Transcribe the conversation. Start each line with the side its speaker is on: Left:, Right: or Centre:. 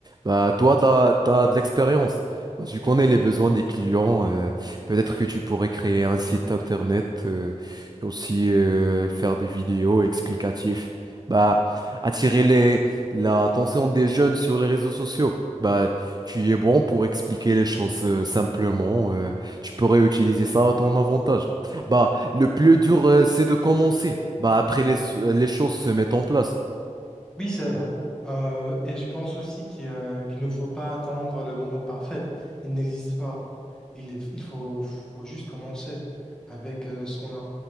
Right: bah toi, t'as, t'as de l'expérience. Bah, tu connais les besoins des clients. euh, peut-être que tu pourrais créer un site internet euh, et aussi euh, faire des vidéos explicatives. Bah, attirer les l'attention des jeunes sur les réseaux sociaux. Bah, tu y es bon pour expliquer les choses euh, simplement. euh, tu pourrais utiliser ça à ton avantage. Bah, le plus dur, euh, c'est de commencer. Bah, après, les, euh, les choses se mettent en place.
Centre: Oui, c'est vrai. Euh, et je pense aussi qu'il y a- qu'il ne faut pas attendre le moment parfait. Il n'existe pas. Il, est- il faut, faut juste commencer avec euh, ce qu'on a.